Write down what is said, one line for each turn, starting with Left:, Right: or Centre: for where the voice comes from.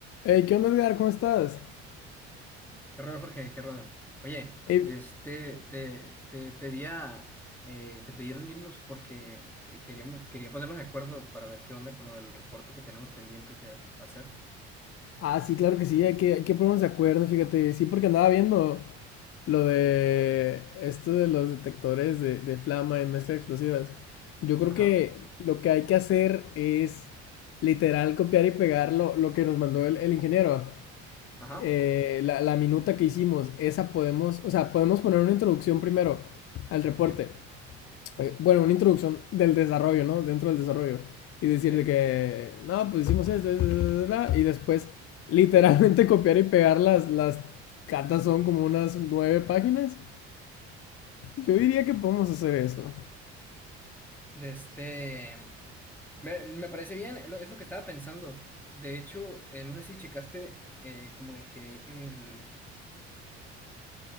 Left: Hey, ¿qué onda, Edgar? ¿Cómo estás?
Centre: ¿Qué rollo, Jorge? ¿Qué rollo? Oye,
Left: Eh,
Centre: de este, te, te pedía, eh, te pedí reunirnos porque te- queríamos, quería ponernos de acuerdo para ver qué onda con lo del reporte que tenemos pendiente que va a hacer.
Left: ah, sí, claro que sí, hay que, hay que ponernos de acuerdo, fíjate. Sí, porque andaba viendo lo de esto de los detectores de, de flama y mezcla de explosivas. Yo creo
Centre: Ajá,
Left: que lo que hay que hacer es literal copiar y pegar lo, lo que nos mandó el, el ingeniero.
Centre: ajá,
Left: Eh, la, la minuta que hicimos, esa podemos, o sea, podemos poner una introducción primero al reporte.
Centre: sí,
Left: eh, bueno, una introducción del desarrollo, ¿no? Dentro del desarrollo. Y decir
Centre: sí.
Left: de que, no, pues hicimos esto, esto, esto, esto", y después literalmente <laughs> copiar y pegar las, las cartas son como unas nueve páginas. Yo diría que podemos hacer eso.
Centre: De este, me, me parece bien, lo- es lo que estaba pensando. De hecho, eh, no sé si checaste eh, como dejé el,